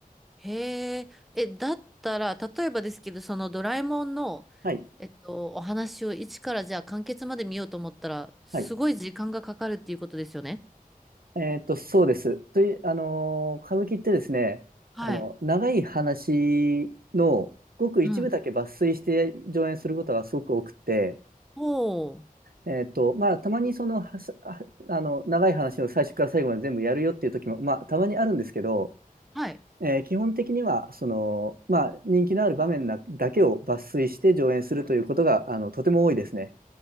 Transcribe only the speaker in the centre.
へえ、え、だったら、例えばですけど、そのドラえもんの、
えっと、お話を一からじゃあ完結まで見ようと思ったら、すごい時間がかかるっていうことですよね。
はい。
うん。おー
はい。